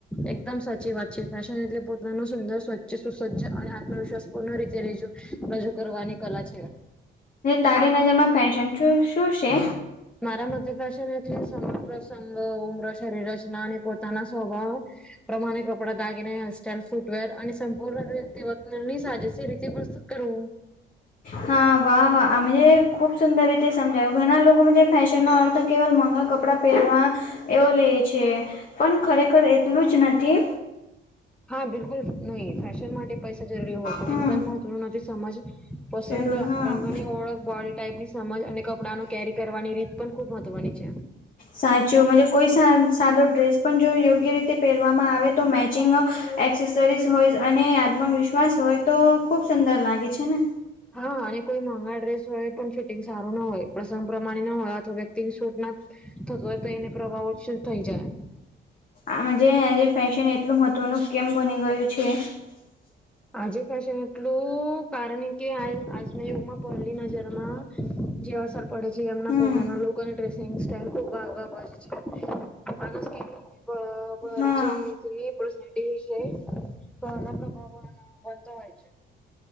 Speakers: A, in the centre; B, on the left (about 45°).
A: એકદમ સાચી વાત છે ફેશન એટલે પોતાનું સુંદર સ્વચ્છ સુસજ્જ અને આત્મવિશ્વાસ પૂર્ણ રીતે રેજો રજૂ કરવાની કલા છે.
B: તારી નજરમાં ફેશન શું છે.
A: મારા મધ પ્રષન એ સમગ્ર સંગ ઉમ્ર શરીર રચના અને પોતાના સ્વભાવ પ્રમાણે કપડા દાગીને હેરસ્ટાાઈલ ફૂટવેર અને સંપૂર્ણ રની સાજે રીત કરો.
B: હા વાહ વાહ આ ખુબ સુંદર રીતે સમજાયું ઘણા લોકો ફેશનનોો અર્થ કેવલ મોંઘા કપડા પહેરવા એવો લે છે પણ ખરેખર એટલુંજ નથી.
A: હા બિલકુલ નહી ફેશન માટે પૈસા જરૂરી હોય પણ
B: હમ
A: એ મહત્વનું નથી સમજ પસંદ
B: જરૂર હા
A: રંગની ઓળખ બોડી ટાઈપ ની સમજ અને કપડા ન કેરી કરવાની રીત પણ ખુબ મહત્વની છે.
B: સાચું કોઈ સાદો ડ્રેસ પણ જો યોગ્ય રીતે પહેરવામાં આવે તો મેચિંગ સરસ હોય અને આત્મવિશ્વાસ હોય તો ખુબ સુંદર લાગે છે ને
A: હા અને કોઈ મોંઘા ડ્રેસ હોય પણ ફિટિંગ સારું ના હોય પ્રસંગ પ્રમાણે ન હોય આ તો વ્યક્તિની શૂટ ના થતો હોય તો એને પ્રવાહો જ થઈ જાય.
B: આમ જે આજે ફેશન એટલું મહત્વનું કેમ બની ગયું છે. હ.
A: આજે ફેશન એટલું કારણ કે આજના યુગમાં પહેલી નજરમાં જે અસર પડે છે એમના
B: હમ
A: પોતાના લુક અને ડ્રેસિંગ સ્ટાલ ખુબ આગળ વધ છે. માણસ કેવી બ બરા
B: હા
A: છે ત એ પડસ વિશે કના બનતો હોય છે.